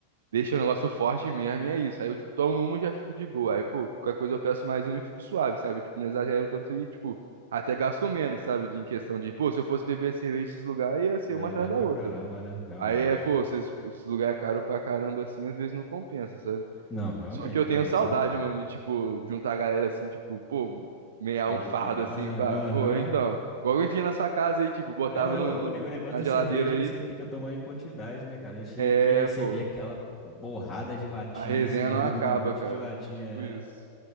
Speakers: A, on the right; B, on the left.
A: deixa o negócio forte mesmo, e é isso. Aí eu, tipo, tomo uma e já fico de boa. Aí, pô, qualquer coisa eu peço mais uma e fico suave, sabe? Tipo, não exagero tanto e, tipo, até gasto menos, sabe? De, em questão de, pô, se eu fosse beber cerveja nesses lugares, ia ser
B: Vai
A: uma
B: bebendo
A: atrás da
B: pra
A: outra.
B: caramba, né? Realmente.
A: Aí é, pô, esses, esses lugares é caro pra caramba, assim, às vezes não compensa, sabe?
B: Não, realmente,
A: Só que eu
B: não
A: tenho
B: compensa
A: saudade,
B: não.
A: mano, de, tipo, juntar a galera assim, tipo, pô, meia
B: Beber
A: um fardo
B: legal,
A: assim,
B: né?
A: pá,
B: Aham.
A: pô, então, Aham. igual
B: Pô.
A: eu tinha na sua casa aí, tipo, botava
B: É,
A: no,
B: o,
A: no-
B: o ne- o negócio
A: na
B: da
A: geladeira
B: cerveja
A: aí.
B: é que você fica tomando em quantidade, né, cara? Já chega
A: É,
B: aqui, aí você
A: pô,
B: vê aquela borrada de latinha,
A: a resenha
B: assim, do,
A: não acaba,
B: do, do do monte
A: cara.
B: de latinha.
A: Tipo
B: É.
A: isso.